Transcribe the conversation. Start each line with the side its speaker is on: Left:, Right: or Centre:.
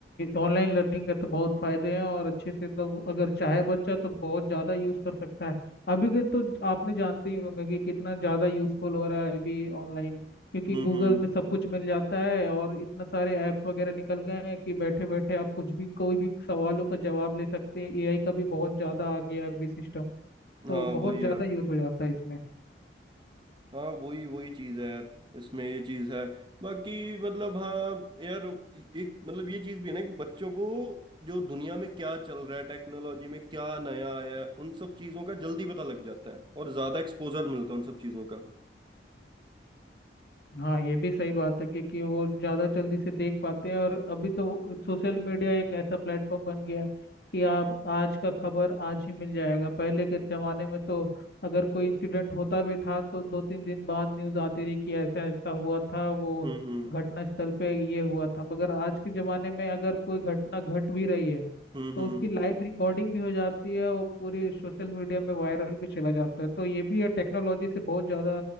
Left: ऑनलाइन लर्निंग का तो बहुत फायदे हैं और अच्छे से तो अगर चाहे बच्चा तो बहुत ज़्यादा यूज़ कर सकता है अभी के तो आपने जानते ही होंगे कि कितना ज़्यादा यूज़फुल हो रहा है अभी ऑनलाइन क्योंकि
Right: हम्म
Left: गूगल
Right: हम्म
Left: में सब कुछ मिल जाता है और इतना सारे ऐप्स वगैरह निकल गए हैं कि बैठे बैठे आप कुछ भी कोई भी सवालों का जवाब ले सकते हैं एआई का भी बहुत ज़्यादा आ गया है अभी सिस्टम
Right: हाँ
Left: तो बहुत
Right: वही
Left: ज़्यादा
Right: यार
Left: यूज़ हो जाता है इसमें
Right: हाँ वही वही चीज है यार इसमें ये चीज है बाकी मतलब हाँ यार एक मतलब ये चीज भी है ना कि बच्चों को जो दुनिया में क्या चल रहा है टेक्नोलॉजी में क्या नया आया है उन सब चीजों का जल्दी पता लग जाता है और ज्यादा एक्सपोजर मिलता है उन सब चीजों का
Left: हाँ ये भी सही बात है क्योंकि वो ज़्यादा जल्दी से देख पाते हैं और अभी तो सोशल मीडिया एक ऐसा प्लेटफॉर्म बन गया है कि आप आज का खबर आज ही मिल जाएगा पहले के ज़माने में तो अगर कोई इंसिडेंट होता भी था तो दो तीन दिन बाद न्यूज़ आती रही कि ऐसा ऐसा हुआ था वो
Right: हम्म हम्म
Left: घटना स्थल पे ये हुआ था मगर आज के ज़माने में अगर कोई घटना घट भी रही है
Right: हम्म
Left: तो
Right: हम्म
Left: उसकी लाइव रिकॉर्डिंग भी हो जाती है और पूरे सोशल मीडिया में वायरल भी चला जाता है तो ये भी है टेक्नोलॉजी से बहुत ज़्यादा